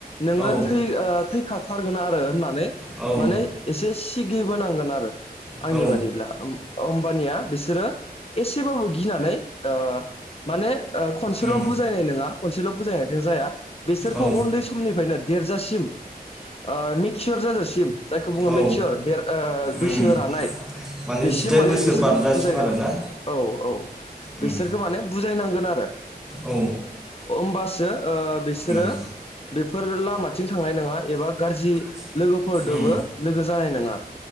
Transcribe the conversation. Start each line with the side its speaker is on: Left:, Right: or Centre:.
Left: नोङो
Centre: औ
Left: थै थैखाथारगोन आरो रो होननानै
Centre: औ
Left: माने एसे सिगिबोनांगोन आरो! आंनि
Centre: औ
Left: बादिब्ला उम अम्बानिया बिसोरो एसेबाबो गिनानै ओ माने ओ खनसेल'
Centre: उम
Left: बुजायनाय नङा खनसेल' बुजायनायजों जाया बेसोरखौ
Centre: औ
Left: उन्दै समनिफ्रायनो देरजासिम ओ मिथिसार जाजासिम जायखौ बुङो
Centre: औ
Left: मेथियर देर ओ बैसो
Centre: उम
Left: रानाय।
Centre: माने
Left: बेसिम
Centre: जिदाइन
Left: माने
Centre: बोसोर
Left: बिसोरखौ
Centre: बारजासिम
Left: बुजायनाङा
Centre: आरोना
Left: औ औ बिसोरखौ
Centre: उम
Left: माने बुजायनांगोन आरो
Centre: औ
Left: औ होमबासो बिसोरो
Centre: उम
Left: बेफोर लामाथिं थांनाय नङा एबा गाज्रि लोगोफोरदोबो
Centre: उम
Left: लोगो जानाय नङा